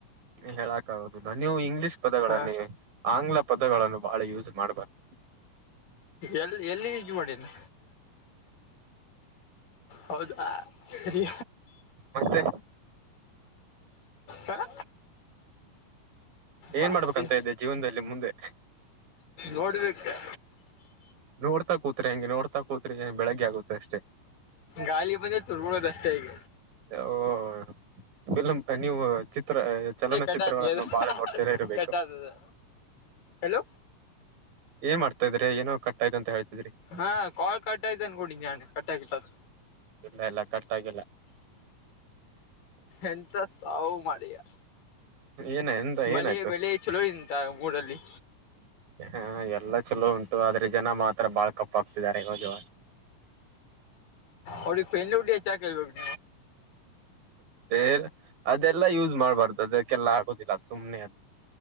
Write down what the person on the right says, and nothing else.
ಹೇಳಕಾಗುವುದಿಲ್ಲ ನೀವು ಇಂಗ್ಲೀಷ್ ಪದಗಳು
ಆಂಗ್ಲ ಪದಗಳನ್ನು ಬಾಳ ಯೂಸ್ ಮಾಡಬಾರದು.
ಮತ್ತೆ
ಏನ್
ಮಾಡ್ಬೇಕಂತ ಇದ್ದಿ ಜೀವನದಲ್ಲಿ ಮುಂದೆ.
ನೋಡ್ತಾ ಕೂತ್ರ್ ಹೆಂಗೆ ನೋಡ್ತಾ ಕೂತ್ರ್ನೆ ಬೆಳಗ್ಗೆ ಆಗುತ್ತೆ ಅಷ್ಟೇ.
ಓ <unintelligible> ಚಿತ್ರ ಚಲನಚಿತ್ರಗಳನ್ನು
ಬಾಳ ನೋಡ್ತಿರ ಇರಬೇಕು.
ಏನ್ ಮಾಡ್ತ ಇದ್ರ ಏನೊ ಕಟ್ಟಾಯ್ತ ಅಂತ ಹೇಳ್ತಿದ್ರಿ.
ಇಲ್ಲ ಇಲ್ಲ ಕಟ್ಟ್ ಆಗಿಲ್ಲ.
ಏನ ಎಂತ
ಏನಾಯ್ತು
ಹಾ ಎಲ್ಲ ಚಲೋ ಉಂಟು ಆದ್ರೆ ಜನ ಮಾತ್ರ ಬಾಳ್ ಕಪ್ಪಾಕ್ತಿದ್ದಾರೆ ಈವಾಗಿವಾಗ.
ಏ ಅದೆಲ್ಲ ಯೂಸ್ ಮಾಡ್ಬಾರ್ದು ಅದಕ್ಕೆಲ್ಲ ಆಗೋದಿಲ್ಲ ಸುಮ್ನೆ ಅದು.